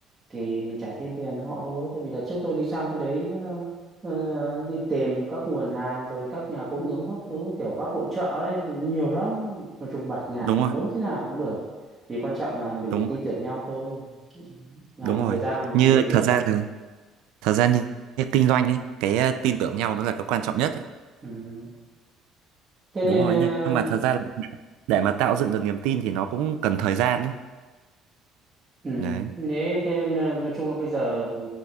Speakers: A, on the right; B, on the right.
A: thì mình trả thêm tiền cho họ thôi tại vì là trước tôi đi sang cái đấy ờ, ờ, đi tìm các nguồn hàng rồi các nhà cung ứng các thứ kiểu các hội chợ đấy thì nhiều lắm nói chung bạt ngàn
B: đúng
A: nó muốn
B: rồi
A: thế nào cũng được thì quan trọng là mình
B: đúng
A: phải tin
B: rồi
A: tưởng nhau thôi Ừ. làm
B: đúng
A: một
B: rồi
A: thời gian là mình
B: như
A: thấy
B: thật ra
A: được
B: là thật ra như, như kinh doanh ấy cái ờ, tin tưởng nhau nó là cái quan trọng nhất ấy.
A: ừ. thế
B: đúng
A: nên
B: rồi
A: ờ,
B: nhưng nhưng mà thật ra là để, để mà tạo dựng được niềm tin thì nó cũng cần thời gian ấy
A: ừ.
B: đấy
A: thế thế nên ờ, nói chung là bây giờ